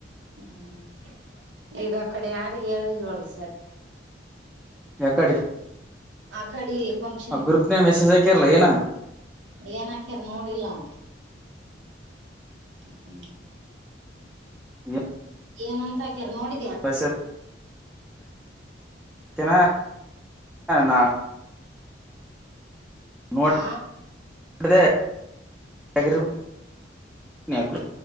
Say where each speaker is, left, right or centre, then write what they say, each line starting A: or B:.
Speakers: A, on the right; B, in the centre.
A: ಹ್ಮ್ ಈಗ ಆ ಕಡೆ ಯಾರ ಹೇಳಿಲ್ಲ ನೋಡಿ ಸರ್
B: ಎಕಡೆ
A: ಕಡೆ ಫಂಕ್ಷನ್
B: ಗ್ರೂಪ್ನ ಮೆಸೇಜ್ ಹಾಕಿರಲ್ಲ ಏನ
A: ಏನ್ ಹಾಕ್ಯರ್ ನೋಡಿಲ್ಲ ಅವ ಹ್ಮ
B: ಹ
A: ಏನುಅಂತಕ್ಕೇರ್ ನೋಡಿ
B: ವಸೆ ಕೆನ ನಾ <unintelligible> ನೋಡಿ
A: ಆ
B: ನೋಡ <unintelligible>